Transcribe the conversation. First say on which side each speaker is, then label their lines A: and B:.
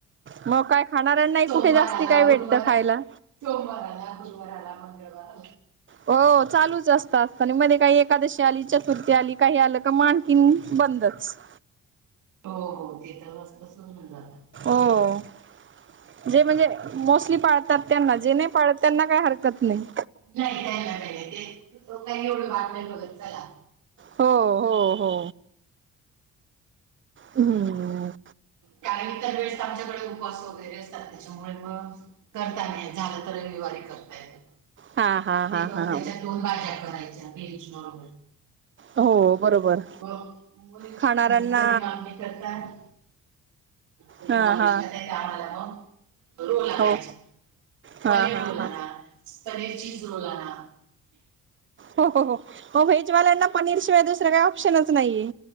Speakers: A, on the right (about 40°); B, on the right (about 80°).
A: मग काय खाणाऱ्याना ही
B: सोमवार
A: कुठे जास्ती
B: आला
A: काय भेटतं
B: गुरुवार
A: खायला?
B: सोमवार आला. मग गुरुवार आला मंगळवार
A: हो चालूच असत असत आणि मध्ये काही एकादशी आली, चतुर्थी आली, काही आलं का म आनखीन बंदच. <inaudible>
B: हो हो ते तर वाजता सोडून जानार.
A: ओ अ. जे म्हणजे मोस्टली पाळतात त्यांना, जे नाही पाळत त्यांना काही हरकत नाही.
B: नाही त्यांना नाही, नाही ते काही एवढी वाट नाही बघत चला.
A: हो हो हो हूम.
B: कारण इतर वेळेस आमच्याकडे उपवास वगैरे असतात त्याच्यामुळे मग तर काय नाही झालं तर, रविवारी करता येत.
A: हा हा
B: ते
A: हा
B: पण
A: हा
B: त्याच्या दोन भाज्या करायच्या व्हेज म्हणून
A: हो बरोबर.
B: मग मुली कधी
A: खाणाऱ्यांना
B: काम नाही करतात. तुम्ही
A: हा
B: नॉनवेज
A: हा
B: खाताय तर आमाला मग. रोल आणायचे.
A: हो हा
B: पनीर
A: हा
B: रोल
A: हा
B: आणा, पनीर चीज रोल आणा.
A: हो हो हो, मगं व्हेजवाल्यांना पनीर शिवाय दुसरं काही ऑप्शनच नाहीये.